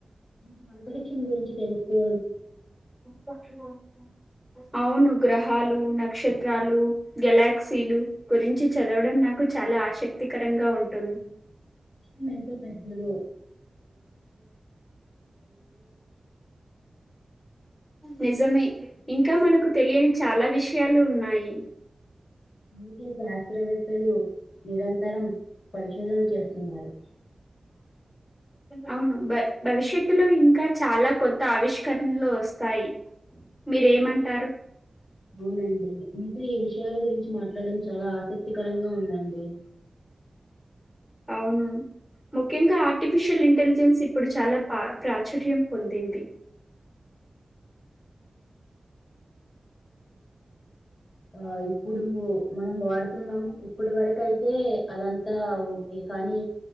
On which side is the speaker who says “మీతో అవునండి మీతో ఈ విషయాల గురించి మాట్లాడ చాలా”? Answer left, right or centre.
Left